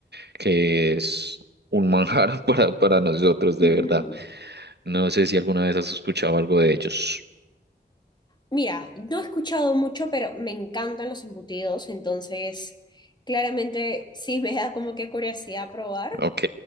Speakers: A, on the right; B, on the left.
A: que es un manjar <laughs> para, para nosotros, de
B: <laughs>
A: verdad. No sé si alguna vez has escuchado algo de ellos.
B: Mira, no he escuchado mucho, pero me encantan los embutidos, entonces claramente sí me da como que curiosidad probar.
A: Ok.